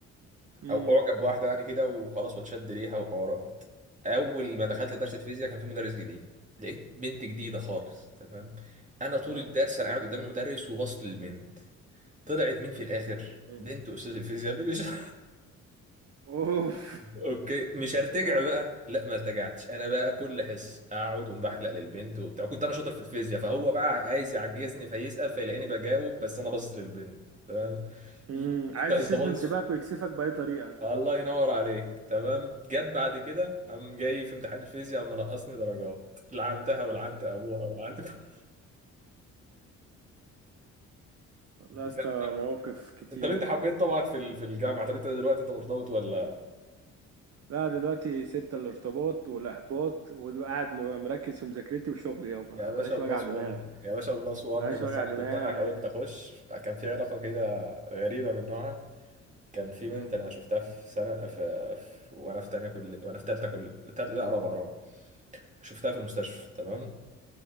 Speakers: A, on the right (about 55°); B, on the right (about 25°).
A: امم
B: او اعجب بواحده يعني كده وخلاص واتشد ليها وحوارات اول ما دخلت درس
A: اه
B: فيزياء كان في مدرس جديد لقيت بنت جديده خالص تمام انا طول
A: آه.
B: الدرس انا قاعد قدام المدرس وبصت للبنت طلعت مين في الاخر
A: مم.
B: بنت استاذ الفيزياء اللي مش <laughs>
A: اوف
B: اوكي مش هرتجع
A: ما انت
B: بقى لا ما ارتجعتش انا بقى كل حصه اقعد ومبحلق للبنت وبتاع كنت انا شاطر في الفيزياء فهو بقى عايز يعجزني فيسال فيلاقيني بجاوب بس انا باصص للبنت تمام
A: امم
B: ي-
A: عايز
B: انت انت
A: يشد
B: باصص
A: انتباهك ويكسفك بأي طريقة
B: الله ينور عليك تمام جت بعد كده قام جاي في امتحان الفيزياء قام منقصني درجات لعنتها ولعنت ابوها ولعنت <laughs>
A: والله
B: جت
A: يا اسطى
B: بعد
A: مواقف
B: كده
A: كتير
B: انت انت حبيت طبعا في ال- في الجامعه طب انت دلوقتي انت مرتبط ولا
A: لا دلوقتي سبت الارتباط والإحباط وقاعد م- مركز في مذاكرتي وشغلي يابا
B: يا باشا
A: بلاش
B: بلس
A: وجع دماغ
B: 1 يا باشا بلس 1
A: بلاش
B: بس
A: وجع
B: انا
A: دماغ
B: كنت انا حاولت اخش كان في علاقه كده غريبه من نوعها كان في
A: مم.
B: بنت انا شفتها في سنه في, في وانا في تانية كل وانا في تالتة كل تال... لا رابعه رابعه شفتها في المستشفى تمام